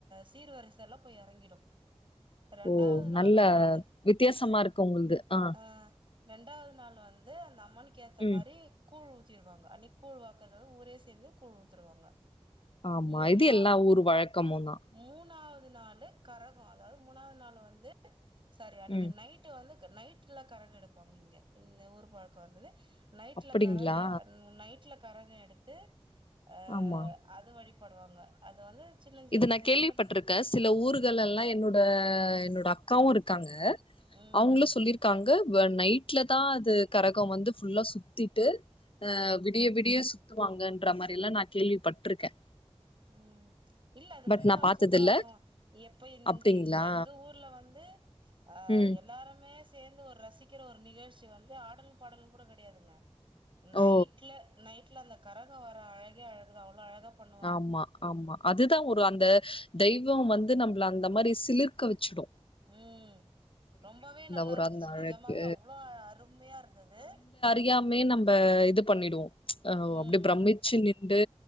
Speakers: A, on the right (about 50°); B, on the left (about 55°).
A: சீர்வரிசை எல்லா போய் எறங்கிடு. ரெண்டாவது
B: ஓ
A: நாள்
B: நல்ல
A: வந்து
B: வித்தியாசமா இருக்கு உங்குள்து ஆ
A: ஆ ரெண்டாவ்து நாள் வந்து அந்த அம்மனுக்கு ஏத்த
B: ம்
A: மாரி கூழ் ஊத்தீருவாங்க அன்னைக் கூழ் வாக்கறத வந் ஊரே சேந்து கூழ் ஊத்துருவாங்க.
B: ஆம்மா
A: மூணா
B: இது எல்லா ஊரு வழக்கமுந்தா.
A: மூணாவது நாளு கரகோ அதாவது மூணாது நாளு வந்து சாரி அன்னிக்கு
B: ம்
A: நை ட்டு வந்து க நைட்ல கரகெடுப்பாங்க இங்க இந்த ஊரு பழக்கோ வந்துது நைட்ல
B: அப்படிங்ளா
A: கரகு அ நைட்ல கரகொ எடுத்து அ
B: ஆமா
A: அது வழிபடுவாங்க அது வந்து சின்னஞ்சிறுசுங்க
B: இது நா கேள்விப்பட்ருக்கே
A: சின்ன
B: சில ஊர்களெல்லா என்னோட என்னோட அக்காவு இருக்காங்க.
A: ம்
B: அவுங்ளு சொல்லிருக் காங்க வ நைட்லதா அது கரகொ வந்து ஃபுல்லா சுத்திட்டு அ
A: ம்
B: வி டிய விடிய சுத்துவாங்கன்ற மாரில்லா நா கேள்விப்பட்ருக்கே.
A: ம். இல்ல அது
B: பட்
A: ரொம்பொ
B: நா பாத்ததில்ல
A: சூப்பரா இருக்கு எப்ப இந்த
B: அப்டிங்ளா
A: எங்க ஊர்ல வந்து ஆ
B: ம்
A: எல்லாருமே சேந்து ஒர் ரசிக்கற ஒரு நிகழ்ச்சி வந்து ஆடலும் பாடலும் கூட கெடையாதுங்க. நைட்ல
B: ஓ
A: நைட்ல அந்த கரகொ வர அழகே அழகுதா அவ்ளோ அழகா பண்ணு
B: ஆம்மா ஆம்மா அதுதா ஒரு அந்த தெய்வோ வந் து நம்ப்ள அந்த மாரி சிலிர்க்க வெச்சிடு.
A: ம். ரொம்பவே நல்லா
B: ஒரு
A: இருந்துச்சு
B: அந்த அழகு
A: நெஜமாவே அவ்ளோ அழ அருமையா இருந்துது.
B: ரியாமயே நம்ப இது பண்ணிடுவோ அ
A: ம்
B: அப்டே பிரமிச்சு நின்டு